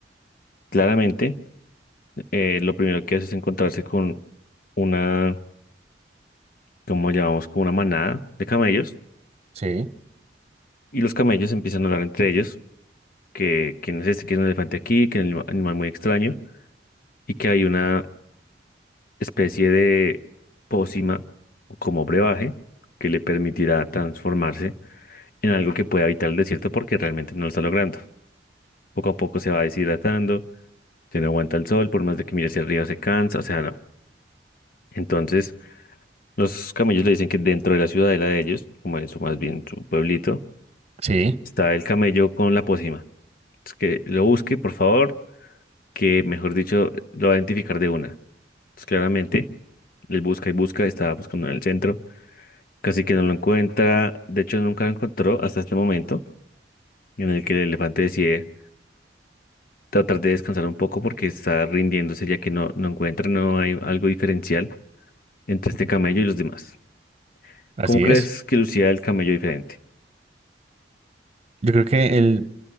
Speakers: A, on the left; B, on the right.
A: Claramente, eh, lo primero que hace es encontrarse con una, como llamamos, como una manada de camellos,
B: Sí.
A: y los camellos empiezan a hablar entre ellos, que quién es este, que es un elefante aquí, que es un anima- animal muy extraño, y que hay una especie de pócima o como brebaje que le permitirá transformarse en algo que pueda evitar el desierto porque realmente no lo está logrando. poco a poco se va deshidratando, se no aguanta el sol, por más de que mire hacia arriba se cansa, o sea, no. Entonces, los camellos le dicen que dentro de la ciudadela de ellos, como es su- más bien su pueblito,
B: Sí,
A: está el camello con la pócima. Es que lo busque, por favor, que mejor dicho, lo va a identificar de una. Entonces, claramente, él busca y busca, está buscando en el centro, casi que no lo encuentra, de hecho nunca lo encontró hasta este momento en el que el elefante decide tratar de descansar un poco porque está rindiéndose ya que no, no encuentra, no hay algo diferencial entre este camello y los demás.
B: así
A: ¿Cómo crees
B: es.
A: que lucía el camello diferente?
B: Yo creo que el,